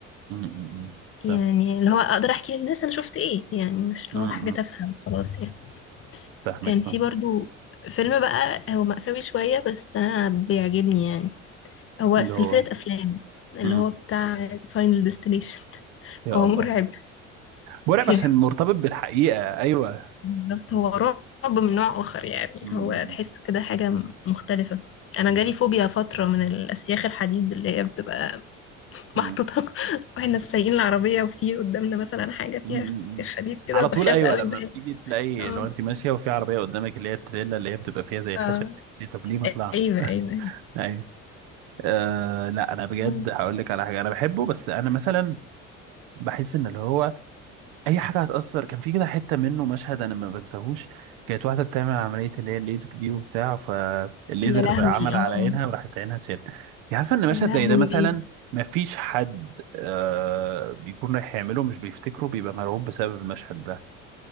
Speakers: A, on the right (about 65°); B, on the left (about 35°).
A: أمم، أمم،
B: يعني
A: فاهم
B: اللي هو اقدر احكي للناس انا شفت ايه يعني مش اللي
A: أمم،
B: هو
A: أمم،
B: حاجة تافهة وخلاص يعني
A: فاهمك
B: كان في
A: فاهم
B: برضو فيلم بقى هو مأساوي شوية بس انا بيعجبني يعني هو
A: اللي
B: سلسلة
A: هو
B: افلام اللي
A: أمم،
B: هو بتاع فاينل ديستنيشن
A: يا
B: هو
A: الله
B: مرعب
A: مرعب
B: <laughs>
A: عشان مرتبط بالحقيقه ايوه
B: بالظبط هو رعب من نوع آخر يعني اللي
A: أمم،
B: هو
A: أمم،
B: تحسه كده حاجة م- مختلفة أنا
A: بالظبط
B: جالي فوبيا فترة من الأسياخ الحديد اللي هي بتبقى
A: أمم،
B: محطوطة <laughs> واحنا سايقين العربية وفي قدامنا مثلا حاجة
A: أمم،
B: فيها
A: أمم.
B: أسياخ حديد كده
A: على
B: بخاف
A: طول ايوه
B: قوي
A: لما
B: بحس
A: بتيجي تلاقي
B: اه
A: لو انت ماشيه وفي عربيه قدامك اللي هي التريلا اللي هي بتبقى فيها زي
B: اه
A: خشب طب ليه ما طلعتش
B: أيوه
A: <laughs>
B: أيوه أيوه.
A: أه لا انا بجد
B: آه.
A: هقول لك على حاجه انا بحبه بس انا مثلا بحس ان اللي هو اي حاجه هتاثر كان في كده حته منه مشهد انا ما بنساهوش كانت واحده بتعمل عمليه اللي هي الليزك دي وبتاع فالليزر
B: يا لهوي
A: عمل
B: اه
A: على عينها وراحت عينها اتشالت يعني عارفه ان مشهد
B: يا لهوي
A: زي ده مثلا ما فيش حد أه بيكون رايح يعمله مش بيفتكره بيبقى مرعوب بسبب المشهد ده